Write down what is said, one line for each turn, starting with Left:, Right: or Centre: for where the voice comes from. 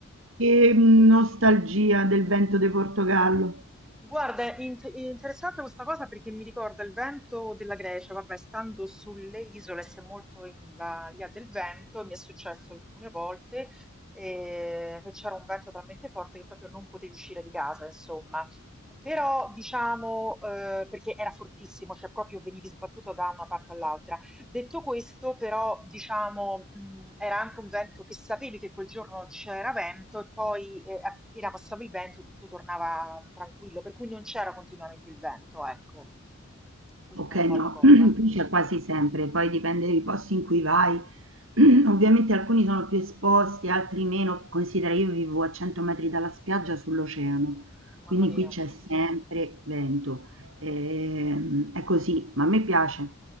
Right: che nostalgia del vento di Portogallo.
Centre: Guarda, è int- è interessante questa cosa perché mi ricorda il vento della Grecia, vabbè, stando sulle isole si è molto in balia del vento, mi è successo alcune volte eh, che c'era un vento talmente forte che proprio non potevi uscire di casa, insomma. Però, diciamo, eh, perché era fortissimo, cioè proprio venivi sbattuto da una parte all'altra. Detto questo, però, diciamo, mhmm, era anche un vento che sapevi che quel giorno c'era vento e poi, ehm, appena passava il vento tutto tornava tranquillo, per cui non c'era continuamente il vento, ecco. Questa
Right: Ok,
Centre: è un po'
Right: no,
Centre: la cosa.
Right: <clears throat> qui c'è quasi sempre, poi dipende dai posti in cui vai. <clears throat> Ovviamente alcuni sono più esposti, altri meno. Considera, io vivo a 100 metri dalla spiaggia sull'oceano, quindi
Centre: Mamma mia.
Right: qui c'è sempre vento. Ehm, è così, ma a me piace.